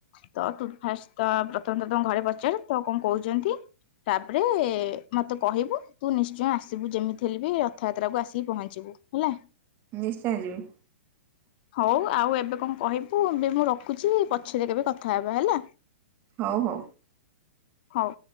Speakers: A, on the left; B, on the right.
A: ତ ତୁ ଫାଷ୍ଟ ତ ପ୍ରଥମେ ତ ତମ ଘରେ ପଚାର ତ କଣ କହୁଛନ୍ତି ତାପରେ ମତେ କହିବୁ ତୁ ନିଶ୍ଚୟ ଆସିବୁ ଯେମିତି ହେଲେ ବି ରଥଯାତ୍ରାକୁ ଆସିକି ପହଞ୍ଚିବୁ ହେଲା
B: ନିଶ୍ଚୟ ଯିବି
A: ହଉ ଆଉ ଏବେ କଣ କହିବୁ ଏବେ ମୁଁ ରଖୁଛି ପଛରେ କେବେ କଥା ହେବା ହେଲା
B: ହଉ ହଉ
A: ହଉ